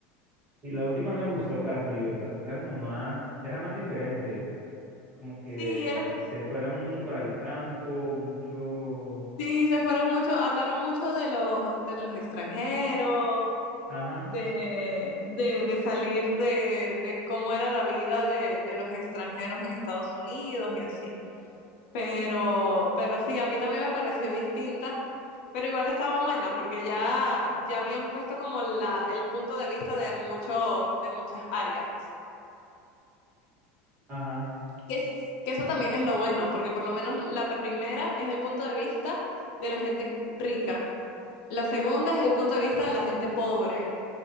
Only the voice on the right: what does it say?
Y la última no me gustó casi, ¿verdad? Era como más, era más diferente, como que
se fueron mucho para el campo, mucho,
ajá,
ajá,